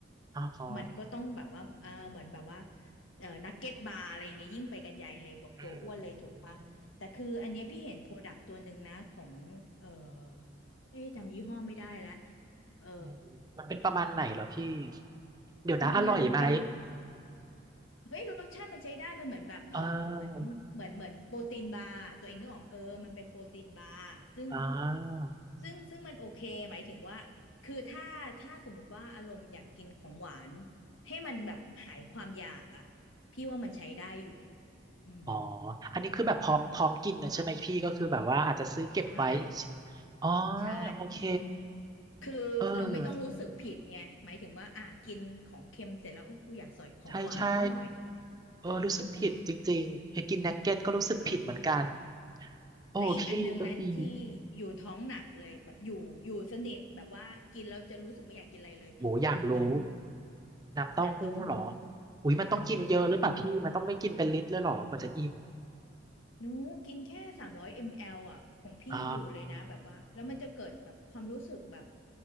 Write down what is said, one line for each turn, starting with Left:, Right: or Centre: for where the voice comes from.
Right: อ๋อ
Left: มันก็ต้องแบบว่าเออเหมือนแบบว่าเออนักเก็ตบาร์อะไรอย่างเงี้ยยิ่งไปกันใหญ่เลยแบบตัวอ้วนเลยถูกปะแต่คืออันเนี้ยพี่เห็นโปรดักต์ตัวหนึ่งนะของเออ
Right: อืม
Left: เอ๊ะจำยี่ห้อไม่ได้แล้วเออ
Right: มมันเป็นประมาณไหนเหรอพี่เดี๋ยวนะอร่อยไหม
Left: มันมันเป็น เฮ้ยรสชาติมันใช้ได้มันเหมือนแบบเออเหมือนเหมือนเหมือนโปรตีนบาร์ตัวเองนึกออกเออมันเป็นโปรตีนบาร์ซึ่ง
Right: เอออ่า
Left: ซึ่งซึ่งมันโอเคหมายถึงว่าคือถ้าถ้าสมมุติว่าอารมณ์อยากกินของหวานให้มันแบบหายความอยากอ่ะพี่ว่ามันใช้ได้อยู่อืม
Right: อ๋ออันนี้คือแบบพร้อมพร้อมกินนะใช่ไหมพี่ก็คือแบบว่าอาจจะซื้อเก็บไว้
Left: ใช่
Right: อ๋อ
Left: ใช่
Right: โอเค
Left: คือเราไม่ต้องรู้สึกผิดไงหมายถึงว่าอ่ะกินของเค็มเสร็จแล้วโอ้กูอยากใส่ของหวานสักหน่อยหรืออะไรอย่างเงี้ยเออ
Right: เออใช่ใช่เออรู้สึกผิดจริงๆไอ้กินนักเก็ตก็รู้สึกผิดเหมือนกัน
Left: ใช่
Right: โอ้พี่ก็ดี
Left: และอีกอันนึงนะที่อยู่ท้องหนักเลยแบบอยู่อยู่สนิทแบบว่ากินแล้วจะรู้สึกไม่อยากกินอะไรเลยคือน้ำเต้าหู้
Right: โหอยากรู้น้ำเต้าหู้เหรอ
Left: น้ำเต้าหู้เลย
Right: อุ้ยมันต้องกินเยอะหรือเปล่าพี่มันต้องไม่กินเป็นลิตรเลยเหรอกว่าจะอิ่ม
Left: ใช่หนูกินแค่สามร้อยมลลิลิตรอ่ะของพี่อยู่เลยนะแบบว่าแล้วมันจะเกิดแบบความรู้สึกแบบ
Right: อ๋อ